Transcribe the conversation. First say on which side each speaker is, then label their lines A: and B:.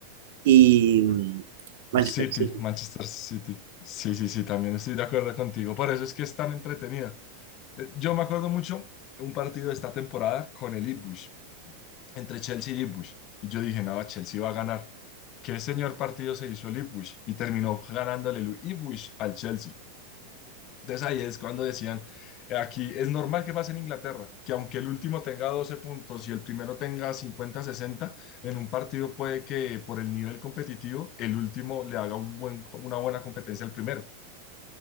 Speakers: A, on the right (about 55°); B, on the left (about 35°).
A: y mm, Manchester
B: City,
A: City.
B: Manchester City. Sí, sí, sí, también estoy de acuerdo contigo. Por eso es que es tan entretenida. Eh, Yo me acuerdo mucho un partido de esta temporada con el Ipswich, entre Chelsea y Ipswich. Y yo dije, no, Chelsea va a ganar. ¿Qué señor partido se hizo el Ipswich? Y terminó ganándole el Ipswich al Chelsea. Entonces ahí es cuando decían, eh, aquí es normal que pase en Inglaterra, que aunque el último tenga 12 puntos y el primero tenga 50 60 en un partido puede que por el nivel competitivo el último le haga un buen, una buena competencia al primero.